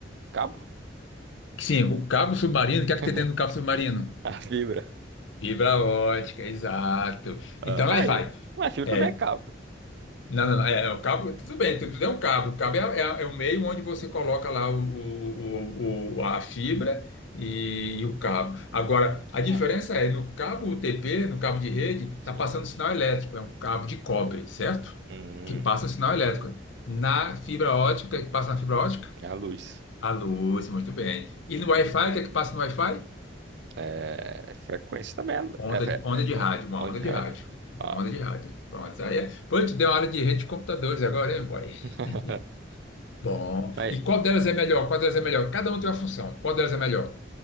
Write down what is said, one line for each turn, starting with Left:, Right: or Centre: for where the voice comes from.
Right: Cabo?
Left: Sim, o cabo submarino, o que é que
Right: <laughs>
Left: tem dentro do cabo submarino?
Right: A fibra.
Left: Fibra ótica, exato.
Right: Ah,
Left: Então,
Right: aí.
Left: lá vai.
Right: Mas fibra
Left: É,
Right: também é cabo.
Left: Não, não, não. É, é, o cabo, tudo bem, tudo, é um cabo. O cabo é, a- é a- é o meio onde você coloca lá o, o- o- o- a fibra e, e o cabo. Agora, a diferença
Right: Ah,
Left: é, no cabo UTP, no cabo de rede, está
Right: sim.
Left: passando sinal elétrico, é um cabo de cobre, certo?
Right: Hum,
Left: Que passa o sinal elétrico. Na fibra ótica, o que é que passa na fibra ótica?
Right: é a luz.
Left: A luz, muito bem. E no Wi-Fi, o que é que passa no Wi-Fi?
Right: É, frequência também
Left: Onda
Right: é, é, fre-
Left: de, onda
Right: é
Left: de
Right: ó,
Left: rádio, uma
Right: onda
Left: onda
Right: de
Left: de
Right: rádio.
Left: rádio. Uma
Right: Ah,
Left: onda de rádio. Pronto, isso aí é. Pô, tu deu uma aula de rede de computadores agora, hein, boy?
Right: <laughs>
Left: <laughs> Bom.
Right: mas,
Left: E qual delas é melhor? Qual delas é melhor? Cada um tem uma função. Qual delas é melhor?